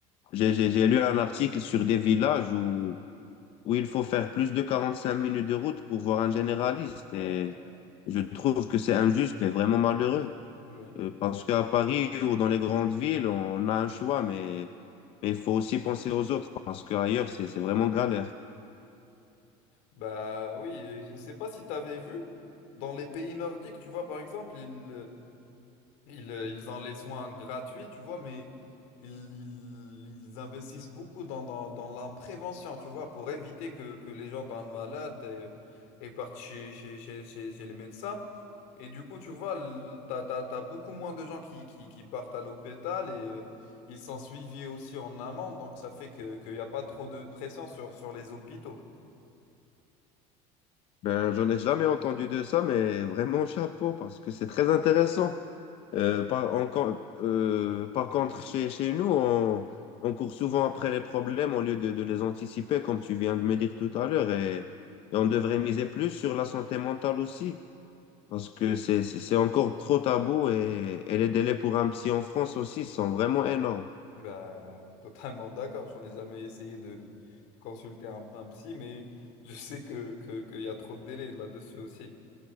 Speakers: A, on the left; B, on the left.
A: j'ai, j'ai, j'ai lu un article sur des villages où, où il faut faire plus de 45 minutes de route pour voir un généraliste
B: Ouais.
A: et je trouve que c'est injuste et vraiment malheureux.
B: oui.
A: Euh, parce qu'à Paris ou dans les grandes villes, on a un choix, mais mais il faut aussi penser aux autres parce qu'ailleurs, c'est c'est vraiment galère.
B: Bah oui, je sais pas si tu avais vu, dans les pays nordiques, tu vois, par exemple, ils, ils, ils ont les soins gratuits, tu vois, mais ils, ils, ils investissent beaucoup dans, dans, dans la prévention, tu vois, pour éviter que, que les gens tombent malades et, et partent chez, chez, chez, chez, chez les médecins. Et du coup, tu vois, le- t'as, t'as, t'as beaucoup moins de gens qui, qui, qui partent à l'hôpital et euh, ils sont suivis aussi en amont, donc ça fait que, qu'il n'y a pas trop de pression sur, sur les hôpitaux.
A: Ben, j'en ai jamais entendu de ça, mais vraiment chapeau parce que c'est très intéressant. Euh, par, en- quand- euh, par contre, chez, chez nous, on, on court souvent après les problèmes au lieu de, de les anticiper, comme tu viens de me dire tout à l'heure, et, et on devrait miser plus sur la santé mentale aussi. Parce que c'est c'est- c'est encore trop tabou et, et les délais pour un psy en France aussi sont vraiment énormes.
B: Bah, <laughs> totalement d'accord. J'en ai jamais essayé de, de- de consulter un, un psy, mais je sais que, que, qu'il y a trop de délais là-dessus aussi.